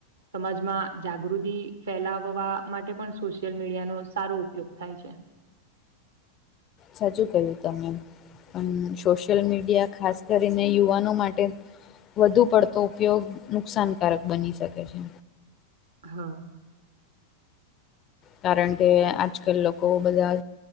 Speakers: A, on the right; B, on the left.
A: સમાજમાં જાગૃતિ ફેલાવવા માટે પણ સોશિયલ મીડિયાનો સારો ઉપયોગ થાય છે.
B: સાચું કહ્યું તમે પણ સોશિયલ મીડિયા ખાસ કરીને યુવાનો માટે વધુ પડતો ઉપયોગ નુકસાનકારક બની શકે છે.
A: હા.
B: કારણ કે આજકાલ લોકો બધા